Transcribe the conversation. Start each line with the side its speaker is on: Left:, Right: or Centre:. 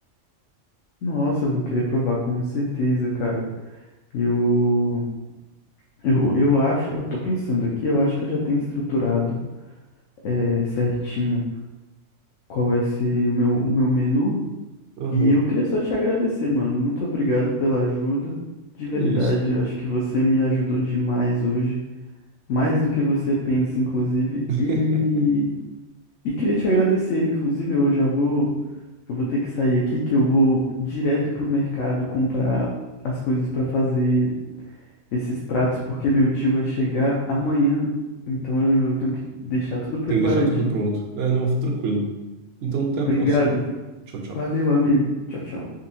Left: nossa, eu vou querer provar com certeza, cara. Eu, eu, eu acho, eu tô pensando aqui, eu acho que eu já tenho estruturado, é, certinho qual vai ser o meu, o meu menu.
Right: Aham,
Left: E eu queria só te agradecer, mano. Muito obrigado pela ajuda. De
Right: Que
Left: verdade,
Right: isso, cara.
Left: eu acho que você me ajudou demais hoje, mais do que você pensa, inclusive.
Right: <laughs>
Left: E, e queria te agradecer, inclusive, eu já vou, eu vou ter que sair aqui, que eu vou direto pro mercado comprar as coisas pra fazer esses pratos, porque meu tio vai chegar amanhã. Então eu eu tenho que deixar tudo preparadinho.
Right: Tem que deixar tudo pronto. É, não, tranquilo. Então, até a próxima.
Left: Obrigado, viu?
Right: Tchau, tchau.
Left: Valeu, amigo. Tchau, tchau.